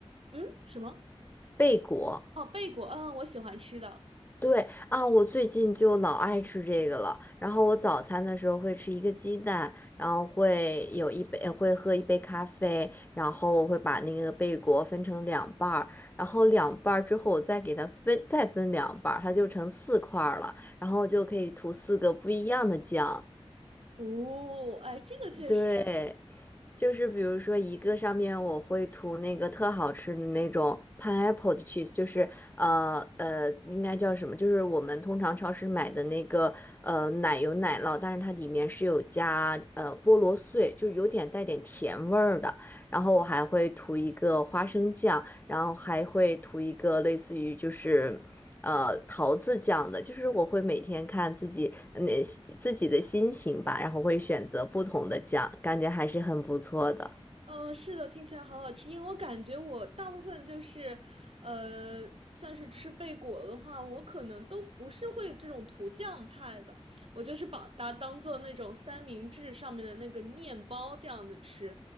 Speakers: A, on the right; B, on the left.
A: 嗯，什么？
B: 贝果。
A: 哦，贝果，嗯，我喜欢吃的。
B: 对啊，我最近就老爱吃这个了。然后我早餐的时候会吃一个鸡蛋，然后会有一杯，呃会喝一杯咖啡，然后我会把那个贝果分成两半儿，然后两半儿之后我再给它分，再分两半儿，它就成四块儿了，然后就可以涂四个不一样的酱。
A: 哦，哎，这个确实，
B: 对，就是比如说一个上面我会涂那个特好吃的那种 pineapple 的 cheese，就是呃呃，应该叫什么？就是我们通常超市买的那个呃奶油奶酪，但是它里面是有加呃菠萝碎，就有点带点甜味儿的。然后我还会涂一个花生酱，然后还会涂一个类似于就是。呃桃子酱的，就是我会每天看自己呃那自己的心情吧，然后会选择不同的酱，感觉还是很不错的。
A: 嗯，是的，听起来好好吃。因为我感觉我大部分就是，呃，像是吃贝果的话，我可能都不是会这种涂酱派的，我就是把它当做那种三明治上面的那个面包这样子吃。